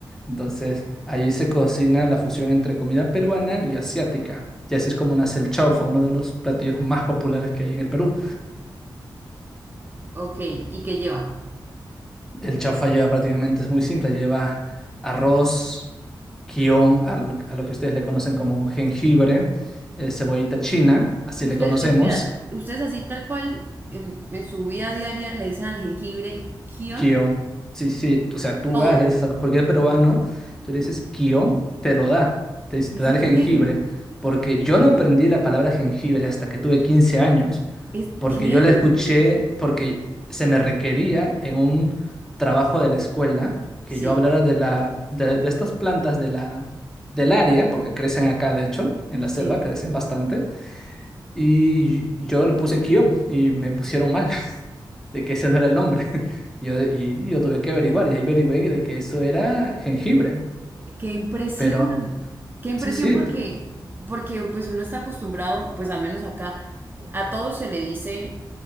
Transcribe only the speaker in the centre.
Entonces, ahí se cocina la fusión entre comida peruana y asiática. Y así es como nace el chaufa, uno de los platillos más populares que hay en el Perú.
El chaufa lleva prácticamente, es muy simple, lleva arroz, guión, al- a lo que ustedes le conocen como jengibre, eh, cebollita china, así
le conocemos.
Guión. Sí, sí. O sea, tú
vas, le dices a cualquier peruano, tú le dices guión, te lo da. Te, dice-
te da
el
jengibre. Porque yo no aprendí la palabra jengibre hasta que tuve 15 años.
Porque
yo la escuché, porque se me requería en un trabajo de la escuela que
yo hablara de, la, de, de estas plantas de la, del área, porque crecen acá, de hecho, en la selva,
crecen bastante. Y yo le puse guión y me pusieron mal de que ese no era el nombre. <laughs> Yo, y yo tuve que averiguar, y ahí averigüé de que eso era jengibre.
Pero
sí, sí,
t-